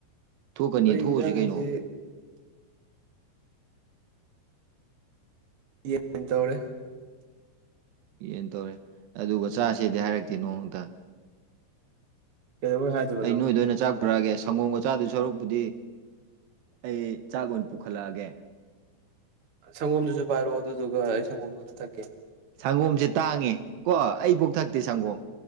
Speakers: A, on the right; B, on the right.
A: ꯊꯣꯛꯀꯅꯤ
B: ꯑꯩꯈꯣꯏ
A: ꯊꯣꯛꯎꯁꯤ
B: ꯏꯟꯖꯥꯡꯁꯤ
A: ꯀꯩꯅꯣ
B: ꯌꯦꯟ ꯇꯧꯔꯦ
A: ꯌꯦꯟ ꯇꯧꯔꯦ ꯑꯗꯨꯒ ꯆꯥꯥꯁꯦꯗꯤ ꯍꯥꯏꯔꯛꯇꯦ ꯅꯣꯡꯃꯇ
B: ꯀꯩꯗꯧꯕꯩ ꯍꯥꯏꯗꯣꯏꯕ
A: ꯑꯩ
B: ꯅꯪꯉꯣꯟꯗꯗꯤ
A: ꯅꯣꯏꯗ ꯑꯣꯏꯅ ꯆꯥꯛ ꯄꯨꯔꯛꯑꯒꯦ ꯁꯪꯒꯣꯝꯒ ꯆꯥꯗꯨꯢ ꯁꯔꯨꯛꯄꯨꯗꯤ ꯑꯩ ꯆꯥꯛ ꯑꯣꯏꯅ ꯄꯨꯈꯠꯂꯛꯑꯒꯦ
B: ꯁꯪꯒꯣꯝꯗꯨꯁꯨ ꯄꯥꯏꯔꯛꯑꯣ ꯑꯗꯨꯗꯨꯒ ꯑꯩ ꯁꯪꯒꯨꯝꯗꯨ ꯈꯔ ꯊꯛꯀꯦ
A: ꯁꯪꯒꯣꯝꯁꯦ ꯇꯥꯡꯉꯦ ꯀꯣ ꯑꯩ ꯄꯣꯛ ꯊꯛꯇꯦ ꯁꯪꯒꯣꯝ